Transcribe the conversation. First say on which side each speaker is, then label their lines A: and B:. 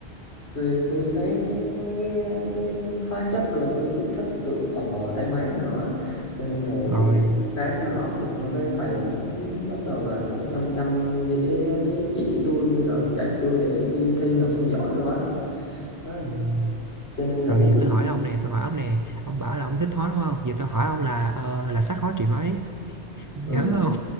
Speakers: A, on the left; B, on the right.
A: tôi tôi thấy mấy cái, cái hóa chất rồi tôi cũng thích tôi cũng tò mò tới mấy nữa cho nên là
B: Rồi,
A: cũng ráng theo học xong cái thầy cũng bắt đầu là cũng chăm chăm với, chỉ tôi rồi dạy tôi để đi thi học sinh giỏi rồi á đó.
B: ừm,
A: cho nên là
B: rồi
A: cũng
B: giờ
A: được
B: tôi hỏi ông nè, tôi hỏi ông nè, ông bảo là ông thích hóa đúng không? Giờ tôi hỏi ông là ờ, là sắc hóa trị mấy? Nhớ
A: ừ.
B: không?